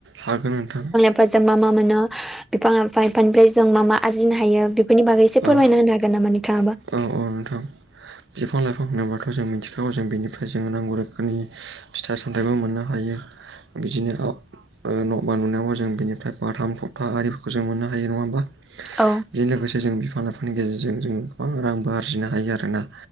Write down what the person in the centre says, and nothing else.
<unintelligible> मा मा मोनो बिफां <unintelligible> जों मा मा आरजिनो हायो बेफोरनि बागै एसे
फोरमायना होनो हागोन नामा नोंथाङाबो
औ